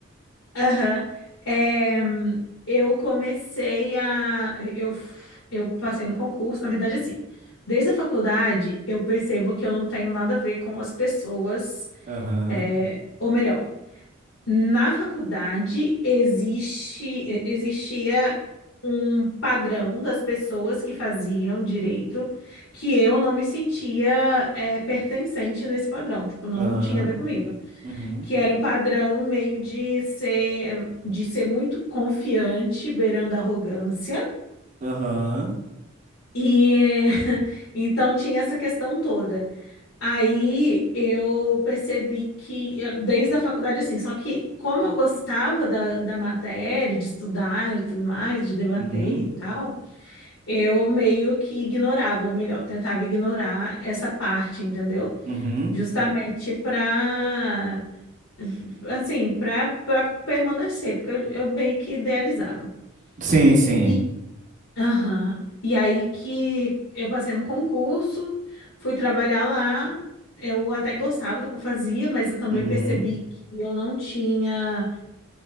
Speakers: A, on the left; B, on the right.
A: Aham. É, eu comecei a. Eu, eu passei no concurso, na verdade, assim. Desde a faculdade, eu percebo que eu não tenho nada a ver com as pessoas,
B: Aham.
A: é, ou melhor, na faculdade existe, e- existia um padrão das pessoas que faziam direito que eu não me sentia, é, pertencente nesse padrão, tipo, não
B: Aham.
A: tinha a ver comigo
B: Uhum.
A: que era um padrão meio de ser de ser muito confiante, beirando a arrogância.
B: Aham.
A: E <laughs> então tinha essa questão toda. Aí eu percebi que, desde a faculdade, assim, só que como eu gostava da, da matéria, de estudar e tudo mais, de debater
B: Uhum.
A: e tal, eu meio que ignorava, ou melhor, tentava ignorar essa parte, entendeu?
B: Uhum.
A: Justamente para assim, para para permanecer, porque eu, eu meio que idealizava.
B: Sim, sim.
A: E, aham, e aí que eu passei no concurso, fui trabalhar lá. Eu até gostava do que eu fazia, mas eu também
B: Uhum.
A: percebi que eu não tinha